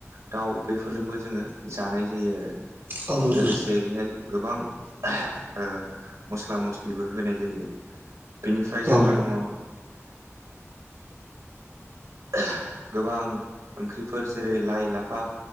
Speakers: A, on the right; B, on the right.
A: दाउ बैफोरजोंबो जोङो जानाय जायो आरो
B: औ नोंथां
A: लोगोसे बेहाय गोबां ओ मस्ला मस्लिबो होनाय जायो बेनिफ्राय जोंहा
B: औ
A: दङ ओ <unintelligible> गोबां ओंख्रिफोर जेरै लाइ लाफा